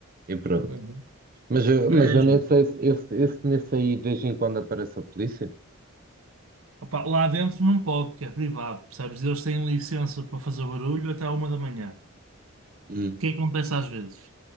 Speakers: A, on the right (about 40°); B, on the right (about 80°).
A: e pronto.
B: Uhum.
A: Mas eu,
B: É,
A: mas eu
B: é giro.
A: nem sei se esse, esse nesse aí de vez em quando aparece a polícia.
B: Opa, lá dentro não pode, porque é privado, percebes? Eles têm licença para fazer barulho até à uma da manhã.
A: Hum.
B: O que é que acontece às vezes?